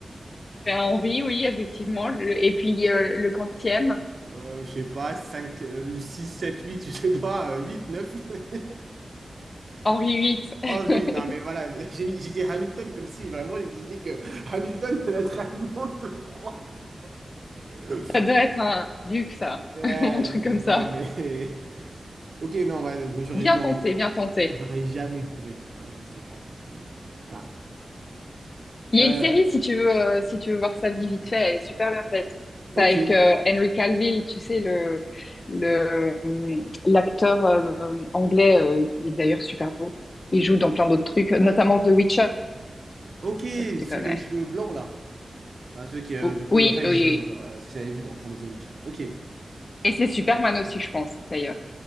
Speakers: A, on the left (about 45°); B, on the right (about 55°).
A: c'est Henri, oui, effectivement. Le- et puis euh, le quantième,
B: Euh, je sais pas, 5 euh, 6 7 8 je sais pas, euh, 8 9 <laughs>
A: Henri VIII, <laughs>
B: Henry, non, mais voilà, <laughs> j'ai j'ai dit Hamilton comme si vraiment, je me suis dit que Hamilton, ça doit être un nom de roi. <laughs>
A: ça doit être un duc, ça, <laughs>
B: Ouais,
A: un truc
B: je savais
A: comme ça.
B: pas, mais... <laughs> Ok, non, ouais, moi, j'aurais
A: Bien
B: non,
A: tenté, bien tenté.
B: j'aurais jamais trouvé. Ouais, je ne sais pas du tout. euh. Enfin,
A: Il y
B: euh,
A: a une série, si tu veux, euh, si tu veux voir ça vite fait, elle est super bien faite.
B: ok,
A: C'est avec euh, Henry Cavill, tu sais, le, le, euh, l'acteur euh, anglais, euh, qui est d'ailleurs super beau. Il joue dans plein d'autres trucs, notamment The Witcher,
B: ok, celui
A: si tu connais.
B: qui a les cheveux blancs là. Enfin, celui qui, euh,
A: O-
B: du coup,
A: Oui,
B: enfin, avec
A: oui.
B: les cheveux
A: oui.
B: blancs, euh, ce que j'avais vu dans, enfin, dans The Witcher. Ok.
A: Et c'est Superman aussi, je pense, d'ailleurs.